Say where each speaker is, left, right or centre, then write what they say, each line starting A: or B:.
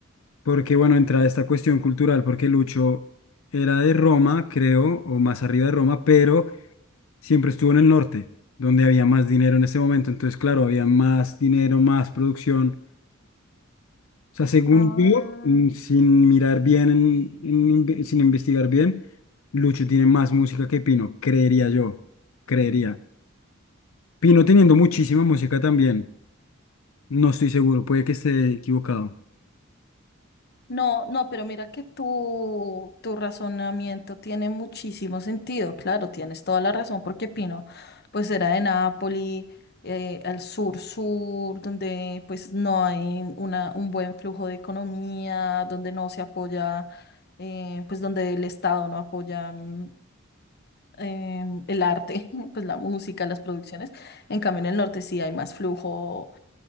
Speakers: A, on the left (about 85°); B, on the left (about 55°).
A: porque bueno, entra esta cuestión cultural, porque Lucho era de Roma, creo, o más arriba de Roma, pero siempre estuvo en el norte, donde había más dinero en ese momento, entonces claro, había más dinero, más producción. O sea, según
B: Ah.
A: yo, mm, sin mirar bien, en- en inve- sin investigar bien, Lucho tiene más música que Pino, creería yo, creería. Pino teniendo muchísima música también. No estoy seguro, puede que esté equivocado.
B: No, no, pero mira que tu, tu razonamiento tiene muchísimo sentido, claro, tienes toda la razón, porque Pino, pues era de Nápoli, eh, al sur-sur, donde pues no hay una, un buen flujo de economía, donde no se apoya, eh, pues donde el Estado no apoya mm, em, el arte, <laughs> pues la música, las producciones. En cambio, en el norte sí hay más flujo